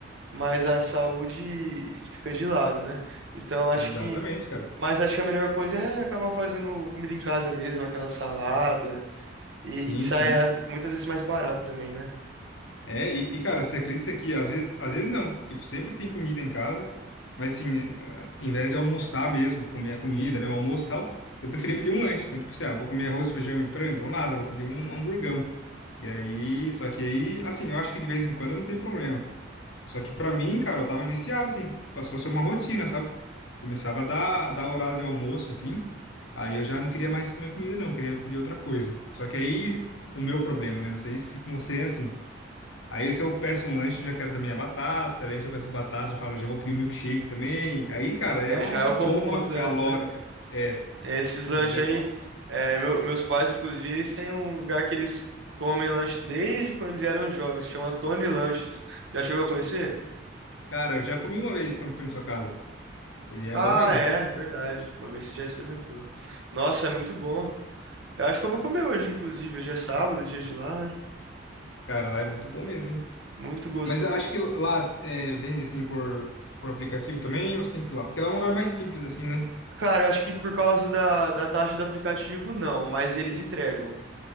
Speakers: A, on the right; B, on the left.
A: mas a saúde fica de lado, né? Então acho
B: Exatamente,
A: que.
B: cara.
A: Mas acho que a melhor coisa é acabar fazendo comida em casa mesmo, aquela salada. E
B: Sim,
A: que sai
B: sim.
A: a- muitas vezes mais barato também, né?
B: É, e, e, cara, você acredita que às vezes, às vezes não. Tipo, sempre tem comida em casa, mas assim, eh, em vez de almoçar mesmo, comer a comida, né, o almoço e tal, eu preferia pedir um lanche. Então, tipo assim, ah, vou comer arroz, feijão e frango, ou nada, vou pedir um hamburgão. E aí, só que aí, assim, eu acho que de vez em quando não tem problema. Só que pra mim, cara, eu tava viciado, assim, passou a ser uma rotina, sabe? Começava a dar, dar horário de almoço, assim, aí eu já não queria mais comer comida, não, eu queria pedir outra coisa. Só que aí, o meu problema, né? Não sei se com você é assim. Aí se eu peço um lanche, eu já quero também a batata, aí se eu peço batata, eu falo, já vou pedir um milkshake também. Aí, cara,
A: É,
B: é uma,
A: já
B: uma
A: é o combo
B: bomba
A: completo,
B: calórica.
A: né?
B: É,
A: Esses lanches
B: aí já é
A: aí,
B: uma.
A: é, meu- meus pais, inclusive, eles têm um lugar que eles comem lanche desde quando eles eram jovens, que chama Tony Lanches. Já chegou a conhecer?
B: Cara, eu já comi uma vez quando fui na sua casa, e é
A: Ah,
B: bom mesmo.
A: é, verdade. Uma vez você já experimentou. Nossa, é muito bom. Eu acho que eu vou comer hoje, inclusive. Hoje é sábado, dia de lá, né?
B: Cara, lá é muito bom mesmo, hein?
A: Muito gostoso.
B: Mas eu acho que lá é, vende assim por, por aplicativo também, ou você tem que ir lá? Porque lá é um lugar mais simples, assim, né?
A: Cara, eu acho que por causa da, da taxa do aplicativo, não, mas eles entregam.